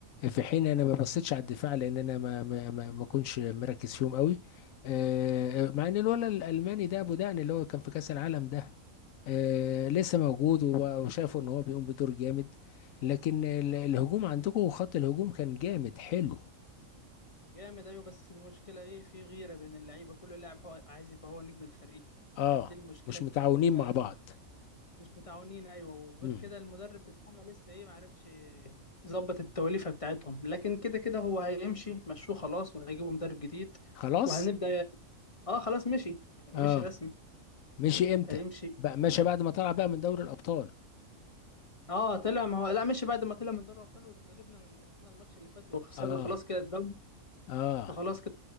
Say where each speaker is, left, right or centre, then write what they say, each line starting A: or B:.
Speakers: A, on the left; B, on the left.
A: في حين انا ما بصيتش على الدفاع لان انا ما ما ما ما كنتش مركز فيهم قوي آه، مع ان الولد الالماني ده ابو دقن اللي هو كان في كاس العالم ده آه، لسه موجود وب- وشافوا ان هو بيقوم بدور جامد لكن ال- الهجوم عندكم خط الهجوم كان جامد حلو
B: جامد ايوه بس المشكله ايه في غيره بين اللعيبه كل لاعب هو عايز يبقى هو نجم الفريق
A: اه
B: فدي المشكله
A: مش
B: اللي
A: متعاونين
B: بتبقى
A: مع بعض
B: مش متعاونين ايوه وغير
A: مم.
B: كده المدرب بتاعنا لسه ايه معرفش يظبط التوليفه بتاعتهم لكن كده كده هو هيمشي مشوه خلاص وهيجيبوا مدرب جديد
A: خلاص
B: وهنبدا اه خلاص مشي
A: اه
B: مشي رسمي
A: مشي امتى
B: هيمشي
A: بقى مشى بعد ما طلع بقى من دوري الابطال
B: اه طلع ما هو لا مشي بعد ما طلع من دوري الابطال واتغلبنا من برشلونه الماتش اللي فات وخسرنا
A: اه
B: خلاص كده الدوري
A: اه
B: فخلاص كده